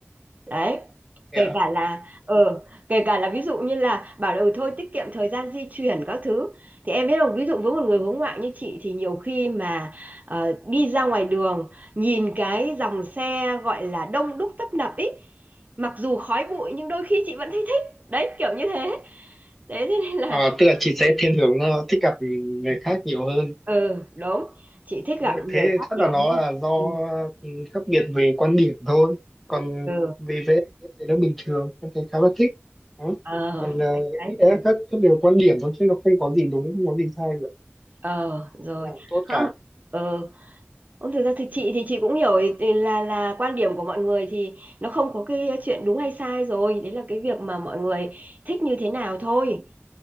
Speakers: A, on the right; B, in the centre.
A: đấy
B: Dạ.
A: kể cả là ờ kể cả là ví dụ như là bảo là ừ thôi tiết kiệm thời gian di chuyển các thứ thì em biết không ví dụ với một người hướng ngoại như chị thì nhiều khi mà ờ, đi ra ngoài đường nhìn cái dòng xe gọi là đông đúc tấp nập ý mặc dù khói bụi nhưng đôi khi chị vẫn thấy thích đấy kiểu như thế thế thế nên là
B: À, tức là chị sẽ thiên hướng ờ, thích gặp người khác nhiều hơn.
A: ừ đúng chị thích
B: Đúng
A: gặp
B: rồi,
A: người
B: Thế
A: khác
B: chắc
A: nhiều
B: là nó
A: hơn
B: là do
A: ừ
B: ừ, khác biệt về quan điểm thôi. Còn
A: ừ
B: về vẽ thì nó bình thường, em thấy khá là thích. Đó.
A: ờ
B: Còn uh,
A: đấy đấy
B: nghĩ là khác, khác biệt về quan điểm thôi chứ nó không có gì đúng, không có gì sai cả.
A: ờ rồi
B: Thế là tốt
A: không
B: cả.
A: ờ Ông thực ra thì chị thì chị cũng hiểu ý- ý là là quan điểm của mọi người thì nó không có cái ờ, chuyện đúng hay sai rồi, đấy là cái việc mà mọi người thích như thế nào thôi.